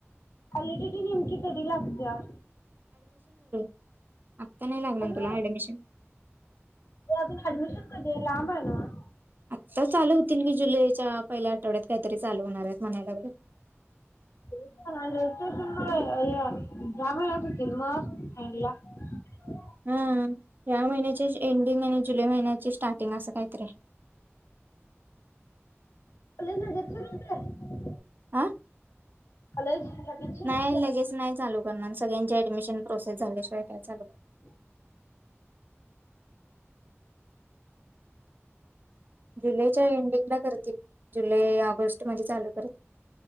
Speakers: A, on the left; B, on the right.
A: क्वालिटी नेमकी कदी लागत्या?
B: आम् आता नाही ना लागणार
A: अजून
B: तुला ऍडमिशन?
A: ते अजून ऍडमिशन कधी ये लांब आहे नव्ह?
B: आत्ता चालू होतील की जुलैच्या पहिल्या आठवड्यात काहीतरी चालू होणार आहेत म्हणाय लागलेत
A: <unintelligible>
B: हा ह्या महिन्याचे एंडिंग आणि जुलै महिन्याचे स्टार्टिंग असं काहीतरी आहे
A: <unintelligible>
B: आ ह
A: कॉलेज लगेच सुरू
B: नाही
A: होते
B: लगेच नाही चालू करणार सगळ्यांचे ऍडमिशन प्रोसेस झाल्याशिवाय? <inaudible>
A: <inaudible>
B: जुलैच्या एंडिंगला करतील जुलै ऑगस्ट मध्ये चालू करते